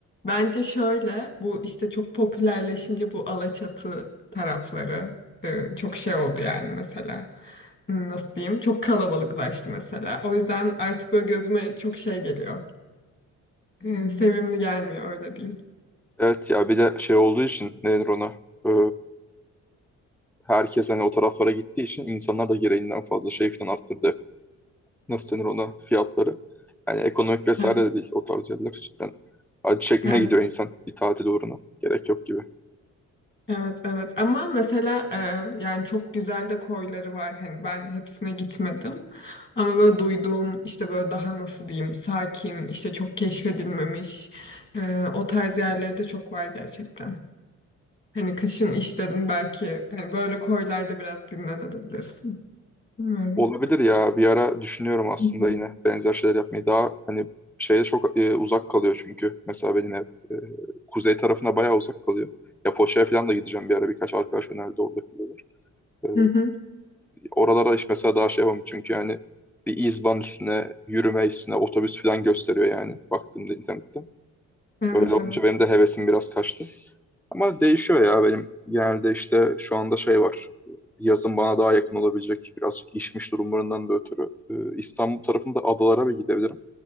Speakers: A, on the left; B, in the centre.
A: bence şöyle bu işte çok popülerleşince bu Alaçatı tarafları e, çok şey oldu yani mesela. Hmm, Nasıl diyeyim? Çok kalabalıklaştı mesela. O yüzden artık böyle gözüme çok şey geliyor. e, sevimli gelmiyor öyle diyeyim.
B: Evet ya bir de şey olduğu için ne denir ona? Ee, herkes hani o taraflara gittiği için insanlar da gereğinden fazla şey falan arttırdı hep. Nasıl denir ona? Fiyatları. Yani ekonomik vesaire
A: Evet,
B: de değil o tarz yerler cidden. Acı çekmeye
A: Evet,
B: gidiyor insan bir tatil uğruna. Gerek yok gibi.
A: evet, evet. Ama mesela e, yani çok güzel de koyları var. Hani ben hepsine gitmedim. Ama böyle duyduğum işte böyle daha nasıl diyeyim sakin, işte çok keşfedilmemiş e, o tarz yerleri de çok var gerçekten. Hani kışın işledin belki hani böyle koylarda biraz dinlenebilirsin. Bilmiyorum.
B: Olabilir ya bir ara düşünüyorum aslında
A: <laughs>
B: yine benzer şeyler yapmayı daha hani şeye çok e, uzak kalıyor çünkü mesela benim ev e, kuzey tarafına bayağı uzak kalıyor. Ya Foça'ya falan da gideceğim bir ara birkaç arkadaş önerdi orada kalıyorlar. E,
A: Hı Hı hı. hı.
B: oralara işte mesela daha şey yapamam çünkü yani bir izban üstüne yürüme üstüne otobüs falan gösteriyor yani baktığımda internette.
A: Evet,
B: Öyle olunca
A: evet.
B: benim de hevesim biraz kaçtı. Ama değişiyor ya benim genelde işte şu anda şey var. Yazın bana daha yakın olabilecek birazcık işmiş durumlarından da ötürü e, İstanbul tarafında adalara bir gidebilirim.